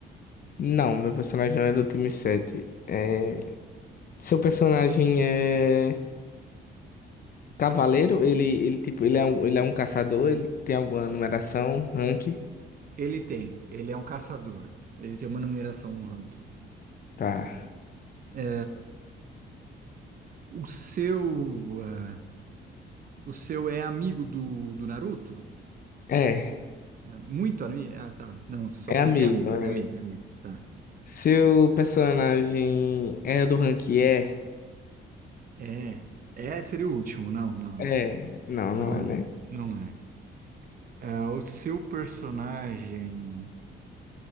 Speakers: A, on the left (about 50°); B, on the right (about 45°).
A: não, meu personagem não é do time 7. É, seu personagem é cavaleiro? Ele, ele, tipo, ele é um, ele é um caçador? Ele tem alguma numeração, rank?
B: Ele tem, ele é um caçador. Ele tem uma numeração, um ranking.
A: Tá.
B: É, O seu, é, o seu é amigo do, do Naruto?
A: É,
B: É, muito amigo? Ah, tá. Não, só
A: é
B: perguntei
A: amigo.
B: amigo.
A: é.
B: É amigo, é amigo. Tá.
A: Seu personagem é do rank E?
B: É, é seria o último. Não, não, não.
A: É. Não,
B: Não
A: não é,
B: é,
A: né?
B: não é. É, o seu personagem.